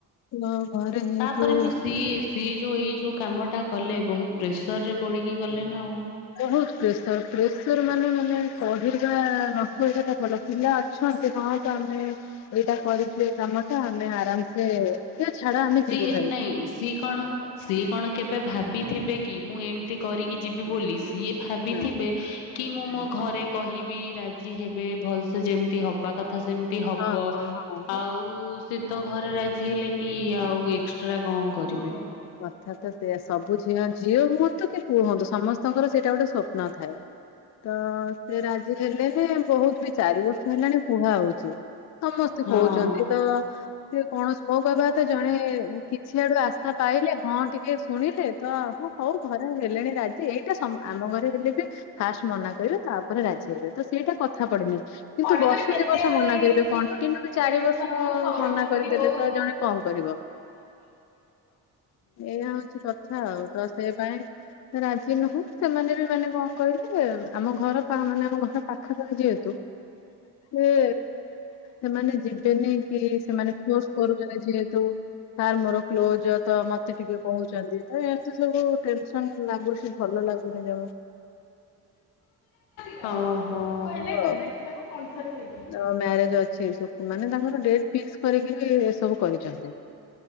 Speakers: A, on the left (about 40°); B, on the left (about 80°).
A: ତ ଘରେ ଯେହେତୁ
B: ତାପରେ ବି ସିଏ ସିଏ ଯୋଉ ଏଇ ଯୋଉ କାମଟା କଲେ ବହୁତ ପ୍ରେସର ରେ ପଡିକି ଗଲେ ନା ଆଉ।
A: ବହୁତ ପ୍ରେସର ପ୍ରେସର ମାନେ ମାନେ କହିବା <unintelligible> ଭଲ ପିଲା ଅଛନ୍ତି ହଁ। ତମେ ଏଇଟା କରିଥିଲେ କାମ ଟା ଆମେ ଆରାମସେ ଏ ଛାଡ ଆମେ
B: ସି
A: ଯିବୁ
B: ଏମ୍
A: ଭାରି
B: ନାଇଁ ସି କଣ ସିଏ କଣ କେବେ ଭାବିଥିବେ କି ମୁଁ ଏମିତି କରିକି ଯିବି ବୋଲି। ସିଏ ଭାବିଥିବେ,
A: ନା
B: କି ମୁଁ ମୋ ଘରେ କହିବି ରାଜି ହେବେ ଭଲସେ ଯେମିତି ହବା କଥା ସେମିତି ହବ
A: ହଁ ହଁ ହଁ
B: ଆଉ ସେ ତ ଘରେ ରାଜି ହେଲେନି ଇଏ ଆଉ ଏକ୍ସଟ୍ରା କଣ କରିବେ?
A: କଥା ତ ସେଇୟା ସବୁ ଝିଅ ଝିଅ ହୁଅନ୍ତୁ କି ପୁଅ ହୁଅନ୍ତୁ ସମସ୍ତଙ୍କର ସେଇଟା ଗୋଟେ ସ୍ବପ୍ନ ଥାଏ। ତ ସେ ରାଜି ହେଲେନି ବହୁତ ବି ଚାରି ବର୍ଷ ହେଲାଣି କୁହା ହଉଛି। ସମସ୍ତେ
B: ହଁ
A: କହୁଛନ୍ତି
B: ହଁ।
A: ତ ସିଏ କଣ ମୋ କହିବା କଥା ଜଣେ କିଛି ଆଡୁ ଆଶା ପାଇଲେ ହଁ ଟିକେ ଶୁଣିଲେ ତ ହଉ ଘରେ ହେଲେଣି ରାଜି ଏଇଟା ସମ ଆମ ଘରେ ହେଲେ ବି ଫାଷ୍ଟ ମନା କରିବେ। ତାପରେ ରାଜି ହେବେ ତ ସେଇଟା କଥା ପଡିନି। କିନ୍ତୁ
B: କରି
A: ବର୍ଷ
B: କରି କେତେ
A: ଦି ବର୍ଷ ମନା
B: ଇଏ
A: କରିବେ
B: <unintelligible>
A: କଣ୍ଟିନ୍ୟୁ
B: ରିଗାଡ଼ି
A: ଚାରି
B: ମିଶନ
A: ବର୍ଷ
B: ହୋଉ ସୌରଭ
A: ମନା
B: ଯ୍ୟୋତି
A: କରିଦେଲେ
B: ହୋଉ
A: ତ
B: <unintelligible>
A: ଜଣେ କଣ କରିବ। ଏୟା ହଉଛି କଥା ଆଉ ତ ସେ ପାଇଁ ତ ରାଜି ନୁହଁ ସେମାନେ ବି ମାନେ କଣ କହିଲେ ଆମ ଘର ପା ମାନେ ଆମ ଘର ପାଖାପାଖି ଯେହେତୁ ସେ ସେମାନେ ଯିବେନି କି ସେମାନେ ଫୋର୍ସ କରୁଛନ୍ତି ଯେହେତୁ ତାର ମୋର କ୍ଲୋଜ ତ ମତେ ଟିକେ କହୁଛନ୍ତି ତ ଏମତି ସବୁ ଟେନସନ ଲାଗୁଛି ଭଲ ଲାଗୁନି ଜମା।
B: ଓହୋ।
A: ଆଉ ତ ମ୍ୟାରେଜ ଅଛି <unintelligible> ମାନେ ତାଙ୍କର ଡେଟ ଫିକ୍ସ କରିକିରି ଏ ସବୁ କରିଛନ୍ତି।